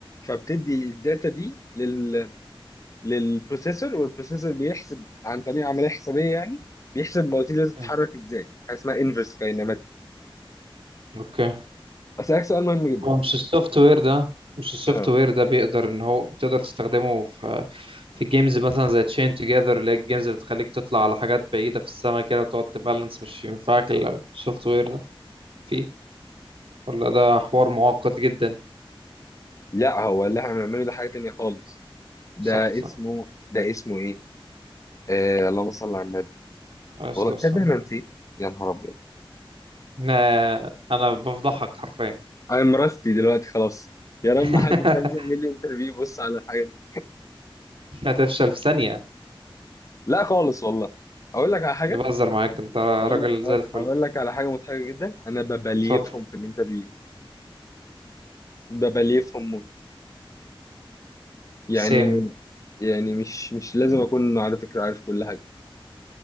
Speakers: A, on the left; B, on the right.
A: فبتدي الداتا دي لل للبروسيسور والبروسيسور بيحسب عن طريق عمليه حسابيه يعني بيحسب المواتير دي بتتحرك
B: مم.
A: ازاي حاجه اسمها انفرس كاينماتيك
B: اوكي
A: اسالك سؤال مهم جدا
B: هو مش السوفت وير ده مش السوفت
A: اه
B: وير ده بيقدر ان هو تقدر تستخدمه في في جيمز مثلا زي تشين توجذر اللي هي الجيمز اللي بتخليك تطلع على حاجات بعيدة في السماء كده وتقعد تبالانس مش ينفعك الا السوفت وير ده فيه ولا ده حوار معقد جدا
A: لا هو اللي احنا بنعمله ده حاجه تانيه خالص ده
B: صح صح
A: اسمه ده اسمه ايه؟ آه اللهم صل على النبي
B: معلش
A: والله
B: بس
A: تصدق
B: انا
A: انا نسيت يا نهار ابيض
B: انا أنا بفضحك حرفيا
A: انا راستي دلوقتي خلاص يا رب
B: <laughs>
A: ما حد عايز يعمل لي انترفيو بص على الحاجه دي
B: هتفشل في ثانية
A: لا خالص والله اقول لك على حاجه
B: أنا بهزر معاك انت
A: اقول
B: راجل
A: لك اقول
B: زي الفل
A: أقول لك على حاجه مضحكه جدا انا ببليفهم
B: اتفضل
A: في الانترفيو ببليفهم يعني
B: سيم
A: يعني مش مش لازم اكون على فكره عارف كل حاجه